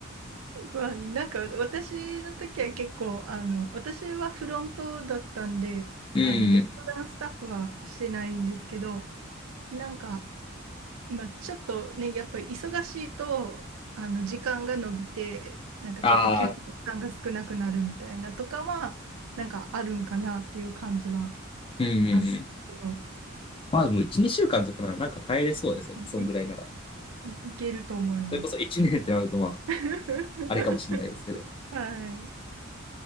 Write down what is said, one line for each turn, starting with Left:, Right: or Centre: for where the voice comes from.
Right: まあ、なんか私の時は結構、あの、私はフロントだったんで、
Left: うん。
Right: あの、レストランスタッフはしてないんですけど、なんか、まあ、ちょっとね、やっぱり忙しいと、あの、時間が延びて、なんかちょっと休憩時間が少なくなるみたいなとかは、
Left: ああ、
Right: なんかあるんかなっていう感じは
Left: うんうんうん。
Right: あるけど、
Left: まあでも1、2週間とかならなんか耐えれそうですよね。そんぐらいなら。
Right: えいいけると思います。
Left: それこそ1年ってなるとまあ、
Right: <laughs>
Left: あれかもしれないですけど。
Right: はい。